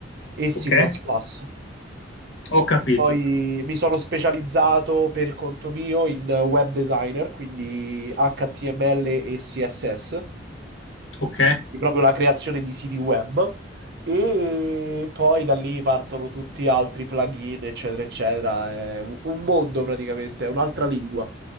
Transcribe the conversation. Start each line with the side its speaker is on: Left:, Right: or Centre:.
Right: e C++.
Left: Ok,
Right: plus plus.
Left: ho capito.
Right: Poi mi sono specializzato per conto mio in web designer, quindi HTML e CSS.
Left: Ok.
Right: proprio la creazione di siti web e poi da lì partono tutti altri plugin, eccetera, eccetera. È un un mondo praticamente, è un'altra lingua.